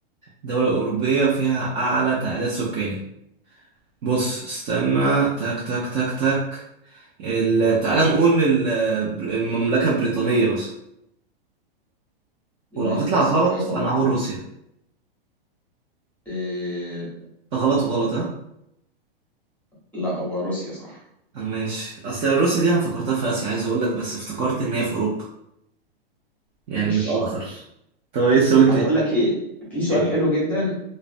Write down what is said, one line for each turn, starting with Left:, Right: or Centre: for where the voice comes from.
Right: دولة أوروبية فيها أعلى تعداد سكاني بص استنى تك تك تك تك ال- تعالى نقول ال- بر- المملكة البريطانية مثلا
Centre: للاسف
Right: ولو هتطلع غلط
Centre: اجابه
Right: فأنا
Centre: غلط
Right: هقول روسيا
Centre: إيه...
Right: غلط وغلط ها
Centre: لا هو روسيا صح
Right: ماشي أصل روسيا دي أنا فكرتها في آسيا عايز أقول لك بس افتكرت إن هي في أوروبا يعني
Centre: ماشي
Right: متأخر طب إيه السؤال التاني؟
Centre: طب بقول لك ايه في سؤال
Right: إيه؟
Centre: حلو جدا